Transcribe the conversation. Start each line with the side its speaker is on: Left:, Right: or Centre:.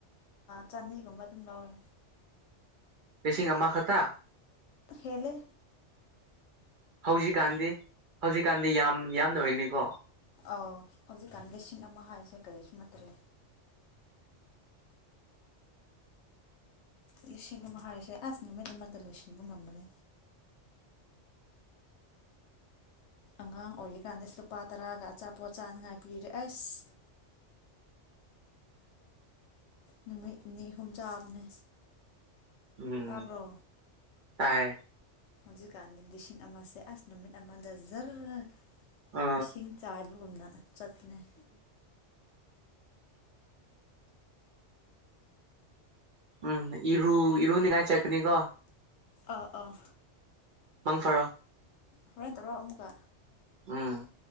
Left: ꯆꯅꯤꯒꯨꯝꯕ ꯑꯗꯨꯝ ꯂꯧꯋꯦ
Right: ꯀꯦꯁꯤ ꯑꯃꯥ ꯈꯊ
Left: ꯍꯦꯂꯦ
Right: ꯍꯧꯖꯤꯛꯀꯥꯟꯗꯤ ꯍꯧꯖꯤꯛꯀꯥꯟꯗꯤ ꯌꯥꯝ ꯌꯥꯝꯅ ꯑꯣꯏꯅꯤꯀꯣ
Left: ꯑꯧ ꯍꯧꯖꯤꯛꯀꯥꯟ ꯂꯤꯁꯤꯡ ꯑꯃ ꯍꯥꯏꯔꯤꯁꯦ ꯀꯔꯤꯁꯨ ꯅꯠꯇ꯭ꯔꯦ ꯂꯤꯁꯤꯡ ꯑꯃ ꯍꯥꯏꯁꯦ ꯑꯁ ꯅꯨꯃꯤꯠꯃꯗ ꯂꯣꯏꯁꯤꯟꯕ ꯉꯝꯕꯅꯦ ꯑꯉꯥꯡ ꯑꯣꯏꯔꯤꯀꯥꯟꯗ ꯂꯨꯄꯥ ꯇꯔꯥꯒ ꯑꯆꯥꯄꯣꯠ ꯆꯥꯅꯤꯉꯥꯏ ꯄꯤꯔꯦ ꯑꯁ ꯅꯨꯃꯤꯠ ꯅꯤ ꯑꯍꯨꯝ ꯆꯥꯕꯅꯦ
Right: ꯎꯝ
Left: ꯇꯥꯔꯕꯣ
Right: ꯇꯥꯏ
Left: ꯍꯧꯖꯤꯛꯀꯥꯟꯗꯤ ꯂꯤꯁꯤꯡ ꯑꯃꯦ ꯑꯁ ꯅꯨꯃꯤꯠ ꯑꯃꯗ ꯖꯔ
Right: ꯑ
Left: ꯏꯁꯤꯡ ꯆꯥꯏꯕꯒꯨꯝꯅ ꯆꯠꯅꯦ
Right: ꯎꯝ ꯏꯔꯨ ꯏꯔꯨꯅꯤꯡꯉꯥꯏ ꯆꯠꯀꯅꯤꯀꯣ
Left: ꯑꯥ ꯑꯥ
Right: ꯃꯪ ꯐꯔꯣ
Left: ꯍꯣꯔꯦꯟ ꯇꯧꯔꯣ ꯑꯃꯨꯛꯀ
Right: ꯎꯝ